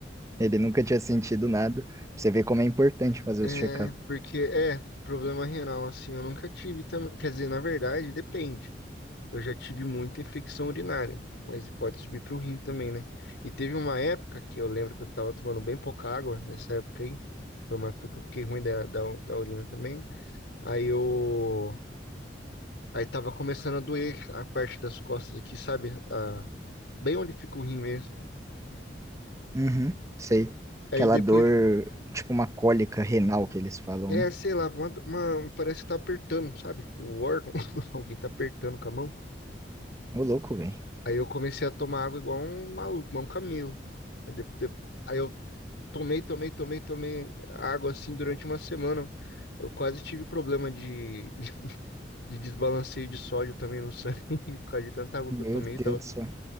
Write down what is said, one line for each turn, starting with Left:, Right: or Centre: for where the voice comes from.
Right: Ele nunca tinha sentido nada. Você vê como é importante fazer
Left: é,
Right: os check-ups.
Left: porque, é, problema renal, assim, eu nunca tive também, quer dizer, na verdade, depende. Eu já tive muita infecção urinária, mas pode subir pro rim também, né? E teve uma época que eu lembro que eu tava tomando bem pouca água nessa época aí, foi uma época que eu fiquei ruim da, da, da urina também. Aí eu. Aí tava começando a doer a parte das costas aqui, sabe? A... Bem onde fica o rim mesmo.
Right: Uhum, sei.
Left: Aí
Right: Aquela
Left: depois.
Right: dor, tipo uma cólica renal que eles falam,
Left: É,
Right: né?
Left: sei lá, uma- uma- parece que tá apertando, sabe? O órgão. <laughs> Alguém tá apertando com a mão.
Right: Ô, louco, velho.
Left: Aí eu comecei a tomar água igual um maluco, igual um camelo. Aí, de- de- aí eu tomei, tomei, tomei, tomei água assim durante uma semana. Eu quase tive problema de, <laughs> de desbalanceio de sódio também no sangue <laughs> por causa de tanta água
Right: Meu
Left: que eu tomei.
Right: Deus
Left: Tava
Right: do céu.